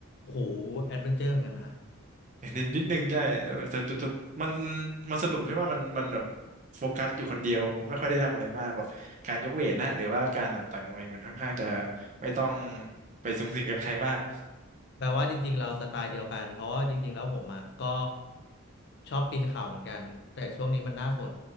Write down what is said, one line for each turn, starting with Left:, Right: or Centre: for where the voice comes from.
Left: โหแอดเวนเจอร์เหมือนกันนะ
Right: นิดนิดนึงใช่แต่แต่แต่มันมันสนุกที่ว่ามันมันแบบโฟกัสอยู่คนเดียวไม่ค่อยได้ทำอะไรมากแบบการยกเวทนะหรือว่าการแบบต่อยมวยมันค่อนข้างจะไม่ต้องไปสุงสิงกับใครมาก
Left: แปลว่าจริงๆเราสไตล์เดียวกันเพราะว่าจริงๆแล้วผมอ่ะก็ชอบปีนเขาเหมือนกันแต่ช่วงนี้มันหน้าฝน